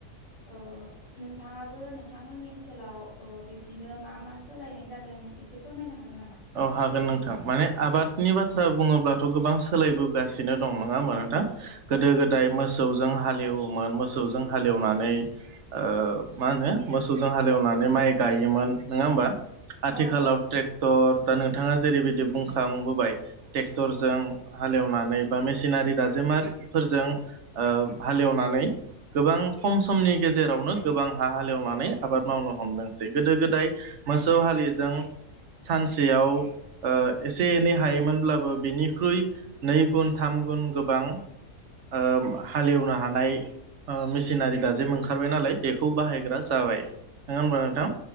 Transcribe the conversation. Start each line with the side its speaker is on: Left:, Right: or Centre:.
Left: ओ। नोंथाङाबो नोंथांमोननि ओनसोलाव ओ बिब्दिनो मा मा सोलायनाय जादों एसे फोरमायनो हागोन नामा?
Right: औ हागोन नोंथां माने आबादनि बाथ्रा बुङोब्लाथ' गोबां सोलायबोगासिनो दं नङा होमबा नोंथां। गोदो
Left: औ
Right: गोदाय मोसौजों हालेवोमोन मोसौजों हालेवनानै ओ मा होनो मोसौजों हालेवनानै माइ गायोमोन नोंङा होमबा। आथिखालाव
Left: औ
Right: ट्रेक्टर दा नोंथाङा जेरैबायदि बुंखांबोबाय। टेक्टरजों हालेवनानै बा मेसिनारि दाजेमारिफोरजों ओ हालेवनानै गोबां खम समनि गेजेरावनो गोबां हा हालेवनानै आबाद मावनो हमदोंसै गोदो गोदाय मोसौ हालिजों सानस सेयाव ओ एसे एनै हायोमोनब्लाबो बेनिख्रुइ नै गुन थाम गुन गोबां ओम हालेवनो हानाय ओ मेसिनारि दाजेम ओंखारबाय नालाय बेखौ बाहायग्रा जाबाय नङा होनबा नोंथां।